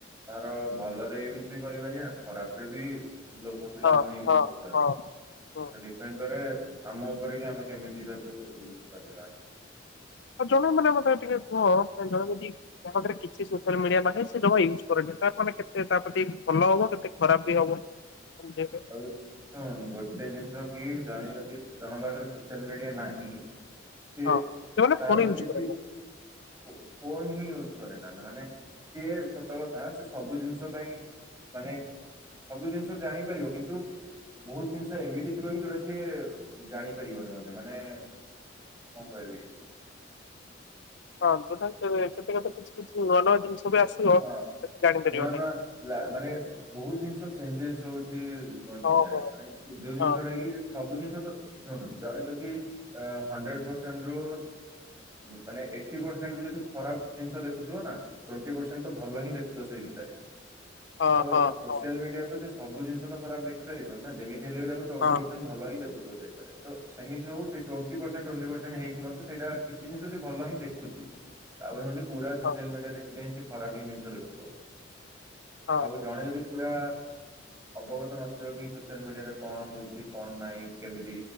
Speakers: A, on the right; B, on the left.
A: ତାର ଭଲରେ ୟୁଜ ବି କରିପାରିବା ଖରାପରେ ବି ଲୋକ ପିଲାମାନେ
B: ହଁ
A: ୟୁଜ୍
B: ହଁ
A: କରୁଛନ୍ତି
B: ହଁ ହଁ।
A: ତ ଡିପେଣ୍ଡ କରେ ଆମ ଉପରେ କି ଆମେ କେମିତି ତାକୁ ୟୁଜ କରିବା
B: ଆଉ ଜଣେ ମାନେ ମତେ ଟିକେ କୁହ ଜଣେ ଯଦି ତା ପାଖରେ କିଛି ସୋସିଆଲ ମିଡିଆ ନାହିଁ ସେ ଜମା ୟୁଜ୍ କରେନି। ମାନେ କେତେ ତା ପ୍ରତି ଭଲ ହବ କେତେ ଖରାପ ବି ହବ। ବୁଝେଇବେ।
A: ହଉ ହଁ ଗୋଟେ ଗୋଟେ ଜିନିଷ କି ଜଣେ ଯଦି ଜଣକ ପାଖରେ ସୋସିଆଲ ମିଡିଆ ନାହିଁ ସିଏ
B: ହଁ ସେମାନେ
A: ତାରତ
B: ଫୋନ ୟୁଜ
A: କିଛି
B: କରେନି।
A: ଫୋନ ହିଁ ୟୁଜ୍ କରେ ନା ମାନେ ସିଏ ସତ କଥା ସେ ସବୁ ଜିନିଷ ପାଇଁ ମାନେ ସବୁ ଜିନିଷ ଜାଣିପାରିବ କିନ୍ତୁ ବହୁତ ଜିନିଷ ଏମିତି ଥିବ କି ଯୋଉଟା ସିଏ ଜାଣିପାରିବନି ମତେ ମାନେ କଣ କହିବି
B: <inaudible> ହଁ ଯୋଉଟା କି କେବେ କେତେ କେତେ କିଛି କିଛି ନୂଆ ନୂଆ ଜିନିଷ ବି ଆସିବ
A: ହଁ
B: ସେ ଜାଣିପାରିବନି।
A: ନୂଆ ନୂଆ ମାନେ ବହୁତ ଜିନିଷ, ଚେଞ୍ଜେସ ହଉଛି ଦୁନିଆରେ
B: ହଁ ହଁ
A: ମାନେ ଯୋଉ ଜିନିଷ
B: ହଁ
A: କି ସବୁ ଜିନିଷ ଯାହାର ଯଦି ହଣ୍ଡେଡ ପସେଣ୍ଟ ରୁ ମାନେ ଏଇଟି ପର ଖରାପ ଜିନିଷ ଦେଖୁଥିବ ନା ଟ୍ୱେଣ୍ଟି ପସେଣ୍ଟ ତ ଭଲ ହିଁ ଦେଖୁଥିବ ସେଇ ଭିତରେ
B: ହଁ
A: ତ
B: ହଁ
A: ସୋସିଆଲ
B: ହଁ ହଁ
A: ମିଡିଆ ରେ ତ ସେ ସବୁ ଜିନିଷ ତ ଖରାପ ଦେଖିପାରିବ ନା ଯେମିତି ହେଲେ ବି ତାକୁ ଟେଣ୍ଟି
B: ହଁ
A: ପସେଣ୍ଟ ଭଲ ହି ଦେଖୁ ଥିବ। ସେଥିରେ ତ ସେମିତି ହଉ ସେ ଟ୍ୱେଣ୍ଟି ପସେଣ୍ଟ ଟ୍ୱେଣ୍ଟି ହେଇକି ମଧ୍ୟ ସେଇଟା କିଛି ଜିନିଷ ଭଲ ହିଁ ଦେଖୁଛି। ତାପରେ ନଯିବି ପୁରା ସୋସିଆଲ
B: ହଁ।
A: ମିଡିଆ ଦେଖିଲେ ହିଁ ସେ ଖରାପ ଜିନିଷ ଦେଖୁଥିବ
B: ହଁ।
A: ଆଉ ଜଣେ ଯଦି। ପୁରା ଅବଗତ ନଥିବ କି ସୋସିଆଲ ମିଡିଆରେ କଣ ହଉଛି କଣ ନାହିଁ କେମିତି